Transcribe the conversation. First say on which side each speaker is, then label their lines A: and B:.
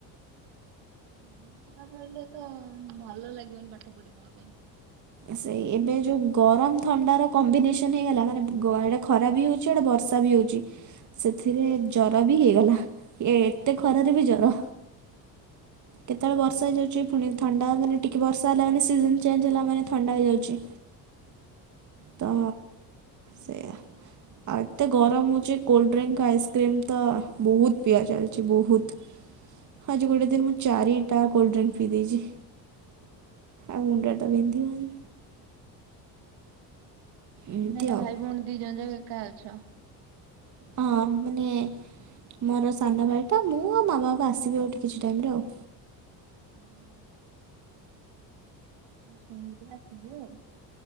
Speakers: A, on the right (about 75°); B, on the right (about 45°).
A: ଦେହ ଖରାପ ହେଲେ ତ ଭଲ ଲାଗିବନି ପାଠପଢ଼ିବା ପାଇଁ।
B: ସେଇ ଏବେ ଯୋଉ ଗରମ ଥଣ୍ଡା ର କମ୍ବିନେସନ୍ ହେଇଗଲା ମାନେ ଆଡେ ଖରା ବି ହଉଛି। ଆଡ଼େ ବର୍ଷା ବି ହେଉଛି ସେଥିରେ ଜର ବି ହେଇଗଲା। ଏତେ ଖରାରେ ବି ଜର କେତେବେଳେ ବର୍ଷା ହେଇଯାଉଛି ପୁଣି ଥଣ୍ଡା ମାନେ ଟିକେ ବର୍ଷା ହେଲାବୋଲି ମାନେ ସିଜନ୍ ଚେଞ୍ଜ ହେଲାମାନେ ଥଣ୍ଡା ହେଇଯାଉଛି। ତ ସେଇୟା। ଆଉ ଏତେ ଗରମ ହଉଛି କୋଲ୍ଡ ଡ୍ରିଙ୍କ୍ ଆଇସ୍କ୍ରିମ୍ ତ ବହୁତ୍ ପିଆ ଚାଲିଛି ବହୁତ୍।
A: ହ।
B: ଆଜି ଗୋଟେ ଦିନ ମୁଁ ଚାରିଟା କୋଲ୍ଡଡ୍ରିଙ୍କ ପିଇଦେଇଛି। ଆଉ ମୁଣ୍ଡ ତ ବିନ୍ଧିବ ହିଁ। ଏମିତି
A: ତମେ ଏଇନା
B: ଆଉ
A: ଭାଇ ଭଉଣୀ ଦି ଜଣ ଯାେକା ଏକା ଅଛ।
B: ହଁ ମାନେ ମୋର ସାନଭାଇଟା ମୁଁ ଆଉ ମାମା ବାପା ଆସିବେ ଆଉ ଟିକେ କିଛି ଟାଇମ୍ ରେ ଆଉ।
A: ହୁଁ ହୁଁ। ସେମତି ଆସିଯିବ ଆଉ।